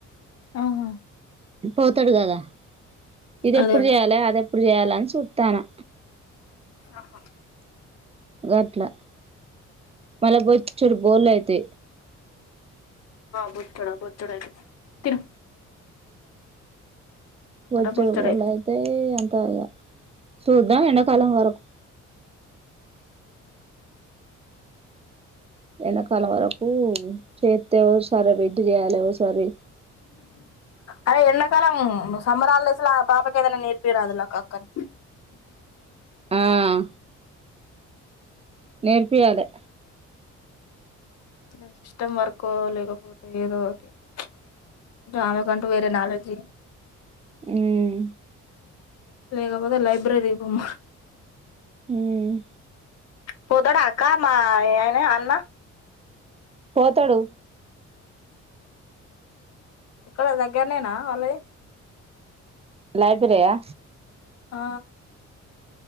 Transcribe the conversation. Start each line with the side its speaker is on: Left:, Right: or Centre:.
Left: ఆహా
Right: పోతాడు కదా ఇది ఎప్పుడు
Left: అదే అదే
Right: చేయాలే అది ఎప్పుడు చేయాల చూస్తానా
Left: ఆహా
Right: గాట్లా మల్ల బోచుడు బోల్లే అయితే
Left: బోచాడు బోచాడు అయితే తీరు
Right: వచ్చడు
Left: బొచ్చెడైతే
Right: <unintelligible> అయితే ఎంత అ చేద్దాం ఎండకాలం వరకు ఎడాకాలం వరకు చేత్తే సరే సరే <unintelligible> చేయాలి ఒకసరి
Left: అదే ఎడాకాలం సమ్మర్ ఆ పాపకి ఏదన్నా పేరు అదులా కాకన్
Right: మ్మ్ నేర్పియలే
Left: ఇంకా సిస్టమ్ వర్క్ లేకపోతే ఏదో ఒక్కటి అమె కంటూ వేరే నాలెడ్జ్
Right: మ్మ్
Left: లేకపోతే లైబ్రరీ పొమ్మ
Right: మ్మ్
Left: పోతడా అక్క మా ఏన అన్న
Right: పోతాడు
Left: ఎక్కడ దగ్గరనేనా వాళ్ళది
Right: లైబ్రరియా
Left: ఆ